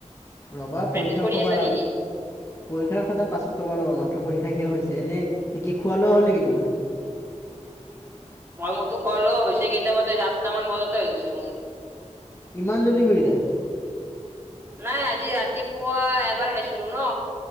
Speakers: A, on the left (about 20°); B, on the right (about 20°).
A: ৰবা
B: প্ৰেক্টিচ
A: পৰীক্ষাৰ
B: কৰি
A: সভা
B: আছা নেকি?
A: পৰীক্ষাৰ সদাৰ পাছত, কব ল'বা মাত্ৰ পৰীক্ষা শেষ হৈছে এনে নেকি খোৱা লোৱা হ'ল নেকি তোমাৰ।
B: মই মটো কলো হৈছে কেইটা বজাত চাতটা মান বজাতে হৈ গৈছে মোৰ।
A: ইমান জলি হৈ যায়।
B: নাই আজি ৰাতিপুৱা এবাৰ খাইছিলো ন